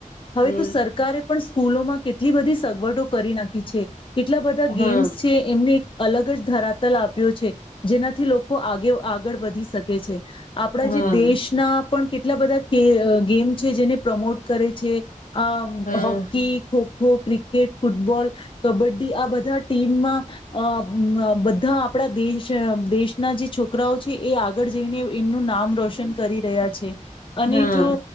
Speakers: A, on the left; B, on the left.
A: હવે
B: હમ
A: તો સરકારે પણ સ્કૂલોમાં કેટલી બધી સગવડો કરી નાખી છે. કેટલા બધા
B: હા
A: ગેમ્સ છે એમને. અલગ જ ધરાતલ આપ્યો છે જેના થી લોકો આગ આગળ વધી શકે છે આપણા
B: હા
A: જે દેશના પણ કેટલા બધા ગેમ છે જેને પ્રમોટ કરે છે અ
B: હા
A: hockey kho kho kho cricket football kabaddi આ બધા ટીમમાં અ બધા આપણા દેશ દેશના જે છોકરાઓ છે એ આગળ જઈને એમનું નામ રોશન કરી રહ્યા છે. હ અને
B: હા
A: જો